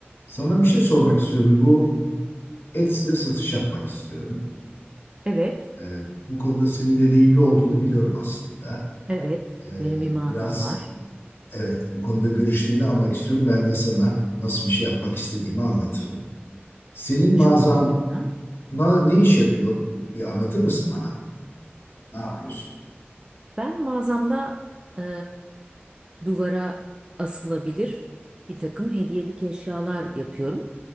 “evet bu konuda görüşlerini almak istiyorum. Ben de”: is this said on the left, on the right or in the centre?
Left